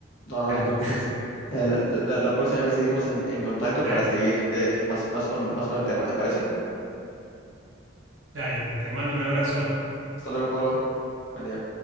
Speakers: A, on the left; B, on the right.
A: no, no
B: Dale,
A: te preocupes.
B: <laughs>
A: Eh, La, la- la próxima vez seguimos en, en contacto
B: dale.
A: para seguir eh, te- más, más con, más con el tema, ¿te parece?
B: Dale, te mando un abrazo.
A: Hasta luego, Pablo. Buen día.